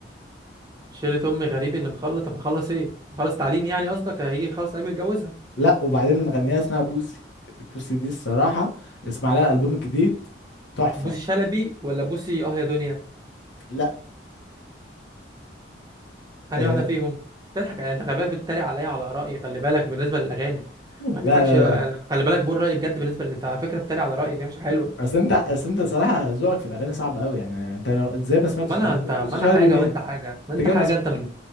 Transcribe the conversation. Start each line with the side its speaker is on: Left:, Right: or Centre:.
Right: شيلة أم غريب اللي مخلص طب مخلص إيه؟ مخلص تعليم يعني قصدك هيجي يخلص تعليم يتجوزها
Left: لا وبعدين اللي مغنيها اسمها بوسي بوسي دي الصراحه اسمع لها البوم جديد تحفه
Right: بوسي شلبي ولا بوسي أه يا دنيا؟
Left: لا
Right: أنهي
Left: آه،
Right: واحدة فيهم؟ تضحك يعني أنت خلي بالك بتتريق عليا على آرائي خلي بالك بالنسبة للأغاني
Left: لا
Right: ما تضحكش
Left: لا
Right: يعني
Left: لا
Right: خلي بالك بقول رأيي بجد بالنسبة اللي أنت على فكرة بتتريق على رأيي دي مش حلوة
Left: اصل انت اصل انت صراحه ذوقك في الاغاني صعب قوي يعني انت لو ازاي ما سمعتش
Right: ما أنا أنت ما
Left: بص
Right: أنا
Left: شهاب
Right: حاجة
Left: مين
Right: وأنت
Left: انت
Right: حاجة ما أنت
Left: جاي
Right: حاجة
Left: ما
Right: أنت من